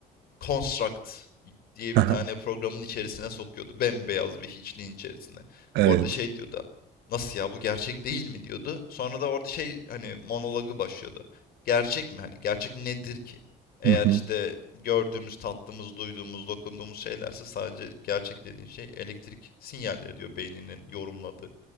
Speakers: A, on the left (about 65°); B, on the right (about 80°).
A: Construct diye
B: Haha.
A: bir tane programın içerisine sokuyordu. Bembeyaz bir hiçliğin içerisine.
B: Evet.
A: Orada şey diyordu. Nasıl ya bu gerçek değil mi diyordu. Sonra da orada şey hani monologu başlıyordu. Gerçek mi? Hani gerçek nedir ki? Eğer
B: Hı hı.
A: işte gördüğümüz, tattığımız, duyduğumuz, dokunduğumuz şeylerse sadece gerçek dediğin şey elektrik sinyalleri diyor beyninin yorumladığı.